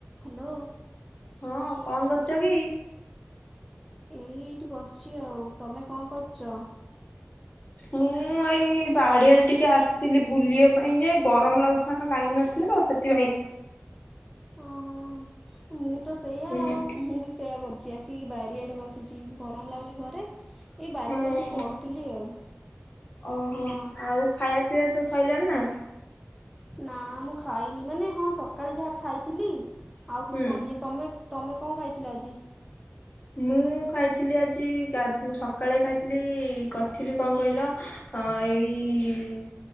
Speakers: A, in the centre; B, on the left.
A: Hello.
B: ହଁ କଣ କରୁଚ କି?
A: ଏଇ ଏଇଠି ବସିଛି ଆଉ ତମେ କଣ କରୁଚ?
B: ମୁଁ ଏଇ ବାଡିଆରେ ଟିକେ ଆସିଥିଲି ବୁଲିଆ ନାଇଁ ଯେ ଗରମ ଲାଗୁଚି ଲାଇନ୍ ନଥିଲେ ତ ସେଥିପାଇଁ।
A: ଓହୋ ମୁଁ ତ ସେଇୟା
B: ହୁଁ
A: ଆଉ ମୁଁ ବି ସେଇୟା କର ଚି ଆସି ବାରିଆଡ଼େ ବସିଛି ଗରମ ଲାଗୁଛି ଘରେ। ଏଇ ବାରିରେ
B: ହଁ
A: ବସିିକି ପଢୁଥିଲି ଆଉ।
B: ଓହୋ
A: ହଁ
B: ଆଉ ଖାଇବା ପିଇବା ସବୁ ସରିଲଣିି ନା?
A: ନା ମୁଁ ଖାଇନି ମାନେ ହଁ ସକାଳେ ଯାହା ଖାଇଥିଲି ଆଉ କିଛି
B: ହୁଁ
A: ଖାଇନି। ତମେ ତମେ କଣ ଖାଇଥିଲ ଆଜି?
B: ମୁଁ ଖାଇଥିଲି ଆଜି ଗାଧୁ ସ ସକାଳେ ଖାଇଥିଲି କରିଥିଲି କଣ କହିଲ ଏଇ